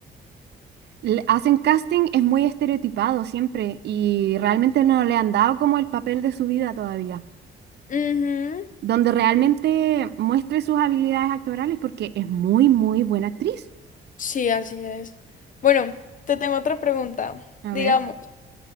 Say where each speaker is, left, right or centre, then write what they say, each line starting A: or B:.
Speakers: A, on the right (about 60°); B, on the left (about 40°).
A: le hacen casting es muy estereotipado siempre y realmente no le han dado como el papel de su vida todavía.
B: Ujú.
A: donde realmente muestre sus habilidades actorales porque es muy, muy buena actriz.
B: Sí, así es. Bueno, te tengo otra pregunta.
A: A
B: Digamos,
A: ver.